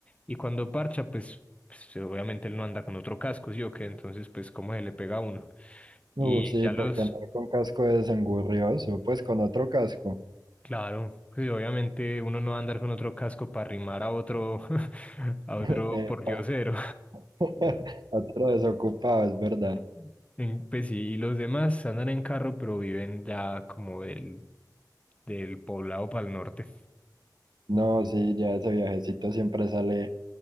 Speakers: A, on the left (about 20°); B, on the right (about 80°).
A: y cuando parcha, pues, pues, obviamente él no anda con otro casco, ¿sí o qué? Entonces, pues, ¿cómo se le pega a uno?
B: Uf,
A: Y
B: sí,
A: ya
B: porque
A: los,
B: andar con casco es engurrioso, pues con otro casco.
A: claro, pues obviamente uno no va a andar con otro casco para rimar a otro, <laughs> a otro
B: <laughs> Epa,
A: pordiosero.
B: <laughs> otro desocupado, es verdad.
A: <laughs> En- Pues sí, y los demás andan en carro, pero viven ya como del, del poblado para el norte.
B: No, sí, ya ese viajecito siempre sale